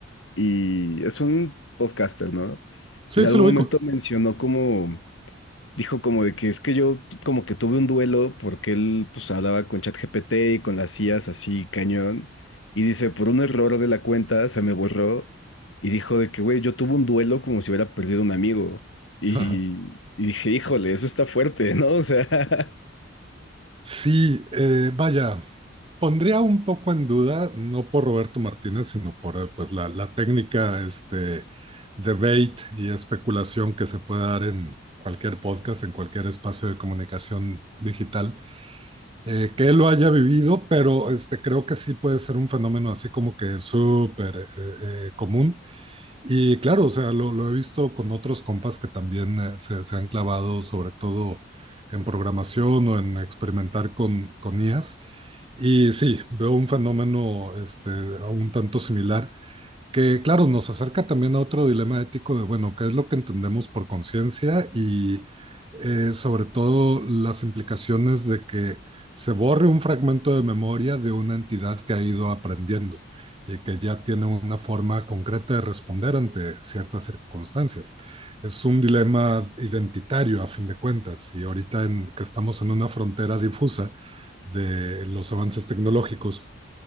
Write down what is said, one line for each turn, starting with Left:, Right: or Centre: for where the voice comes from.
Left: y es un podcaster, ¿no?
Right: Sí,
Left: Y en algún
Right: se lo ubico.
Left: momento mencionó como Dijo como de que es que yo como que tuve un duelo porque él pues hablaba con ChatGPT y con las IAs así cañón y dice por un error de la cuenta se me borró y dijo de que güey yo tuve un duelo como si hubiera perdido un amigo y,
Right: <laughs>
Left: y dije híjole eso está fuerte <laughs> ¿no? O sea
Right: Sí, eh, vaya, Pondría un poco en duda, no por Roberto Martínez, sino por eh, pues, la, la técnica este, debate y especulación que se puede dar en cualquier podcast, en cualquier espacio de comunicación digital, eh, que él lo haya vivido, pero este, creo que sí puede ser un fenómeno así como que súper eh, eh, común y claro, o sea, lo, lo he visto con otros compas que también eh, se, se han clavado sobre todo en programación o en experimentar con, con IAs. Y sí, veo un fenómeno este, un tanto similar que claro, nos acerca también a otro dilema ético de, bueno, ¿qué es lo que entendemos por conciencia? Y eh, sobre todo las implicaciones de que se borre un fragmento de memoria de una entidad que ha ido aprendiendo y que ya tiene una forma concreta de responder ante ciertas circunstancias. Es un dilema identitario a fin de cuentas y ahorita en, que estamos en una frontera difusa de los avances tecnológicos,